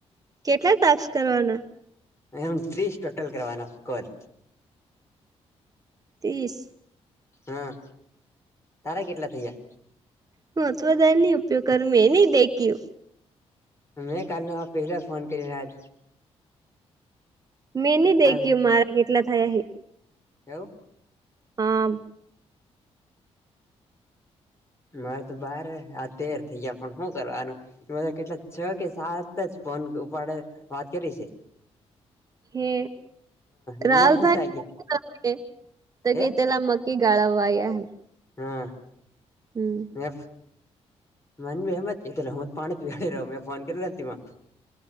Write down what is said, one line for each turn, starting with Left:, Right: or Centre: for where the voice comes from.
Right: કેટલા ટાકસ કરવાના?
Left: એમ ત્રીસ ટોટલ કરવાના કોલ.
Right: ત્રીસ?
Left: હા, તારા કેટલા થયા?
Right: હા, તો બધા એની ઉપયોગ કર મે નહી દેખ્યું.
Left: મેં કાલનો પહેલા ફોન કરીંયો આજ.
Right: મેં નહી દેખ્યું
Left: આમ
Right: મારા કેટલા થયા હે.
Left: એવું.
Right: હા.
Left: મારે તો બાર આ તેર થયા પણ શું કરવાનું. બધા કેટલા છ કે સાત જ ફોન ઉપાડે વાત કરી છે.
Right: હે
Left: બીજા
Right: રાહુલભાઈ
Left: આમતા ગયા
Right: તો કે
Left: એ
Right: તેલા મગ <unintelligible>
Left: હા.
Right: હમ.
Left: મેફ. મન એમ કે હું જ પાણી પીવાઈ રહ્યો મેં ફોન કરી તેમાં.